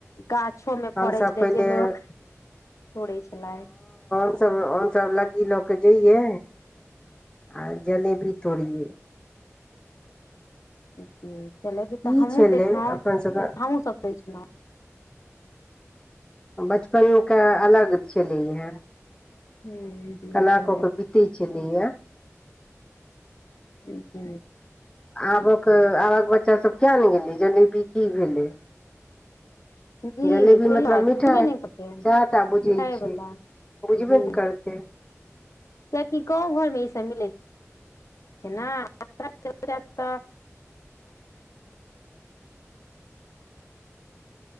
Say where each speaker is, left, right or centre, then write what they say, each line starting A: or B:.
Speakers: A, on the left; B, on the left.
A: काछोमे
B: हमसभ
A: फड़ै छै
B: पहिले
A: जे लोक तोड़ै छलाह
B: हम सब लगी लऽ के जइये आ जलेबी तोड़िये
A: चे तऽ त लड्डू
B: की
A: त अहुॅं
B: छलै
A: देखलहु
B: अपन सभके
A: अहुँ सब पुछलहुँ
B: बचपन मे का अलग छलै हे
A: हूँ जी
B: कला
A: सही
B: क के पित्ती चलिया
A: देख <inaudible>
B: आबक आबक बच्चा सब कियेनै गेलै जलेबी की भेलै
A: जी
B: जलेबी
A: सही
B: मतलब मिठाइ
A: <unintelligible> कतै
B: सएह टा बुझै
A: मिठाइवला
B: छै बुझबे
A: जी
B: ने करतै
A: तकि काॅंव घरमे ई सब मिले जा <inaudible>
B: <unintelligible>